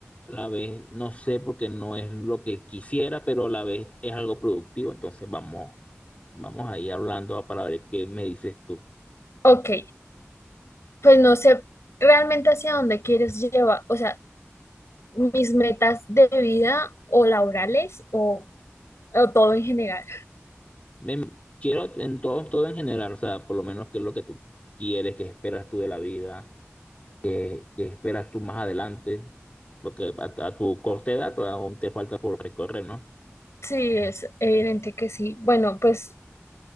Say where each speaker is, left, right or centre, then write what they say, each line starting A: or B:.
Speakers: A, on the left; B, on the left.
A: a la vez no sé porque no es lo que quisiera, pero a la vez es algo productivo. Entonces vamos, vamos ahí hablando para ver qué me dices tú.
B: Ok, pues no sé realmente hacia dónde quieres llevar, o sea, mis metas de vida o laborales o o todo en general.
A: Me- quiero en todo, todo en general, o sea, por lo menos qué es lo que tú quieres, qué esperas tú de la vida, qué, qué esperas tú más adelante, porque a, a tu corta edad todavía aún te falta por recorrer, ¿no?
B: Sí, es evidente que sí. Bueno, pues